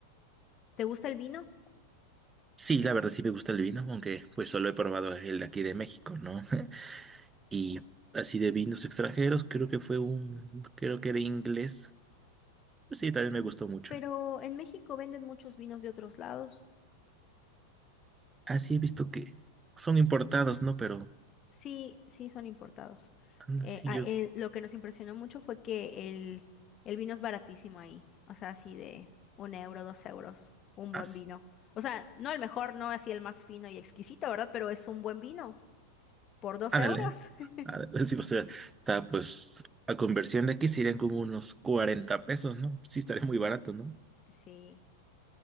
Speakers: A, on the left; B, on the right.
A: ¿Te gusta el vino?
B: Sí, la verdad sí me gusta el vino, aunque pues solo he probado el de aquí de México, ¿no? Y así de vinos extranjeros, creo que fue un, creo que era inglés. Pues sí, también me gustó mucho.
A: Pero en México venden muchos vinos de otros lados.
B: Así he visto que son importados, ¿no? Pero
A: Sí, sí, son importados.
B: anda,
A: Eh,
B: sí
A: ah,
B: yo,
A: eh, lo que nos impresionó mucho fue que el, el vino es baratísimo ahí. O sea, así de un euro, dos euros, un buen
B: as-
A: vino. O sea, no el mejor, no así el más fino y exquisito, ¿verdad? Pero es un buen vino por dos
B: ándale.
A: euros. <laughs>
B: ándale, <laughs> Sí, o sea, está pues a conversión de aquí serían como unos 40 pesos, ¿no? Sí, estaría muy barato, ¿no?
A: Sí,